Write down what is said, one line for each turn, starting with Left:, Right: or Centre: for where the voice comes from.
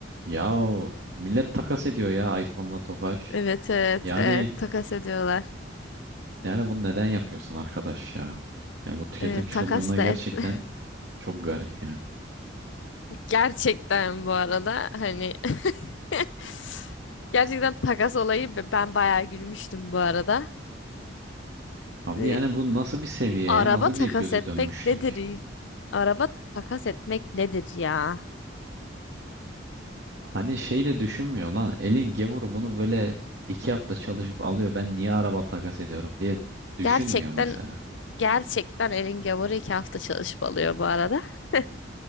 Right: Yahu millet takas ediyor ya iPhone'la Tofaş.
Left: Evet evet
Right: Yani
Left: evet takas ediyorlar.
Right: yani bunu neden yapıyorsun arkadaş ya? Yani bu tüketim
Left: Ee,
Right: çılgınlığı
Left: takas
Right: gerçekten
Left: da etme.
Right: çok garip yani.
Left: <laughs> Gerçekten bu arada hani <laughs> gerçekten takas olayı be- ben bayağı gülmüştüm bu arada.
Right: Abi
Left: Ee,
Right: yani bu nasıl bir seviye
Left: Araba
Right: ya? Nasıl
Left: takas
Right: bir gözü
Left: etmek
Right: dönmüşlük?
Left: nedir? Araba takas etmek nedir ya?
Right: Hani şey de düşünmüyor lan. Elin gavuru bunu böyle iki hafta çalışıp alıyor. Ben niye araba takas ediyorum diye düşünmüyor
Left: Gerçekten
Right: mesela.
Left: gerçekten elin gavuru iki hafta çalışmalıyor bu arada. <laughs>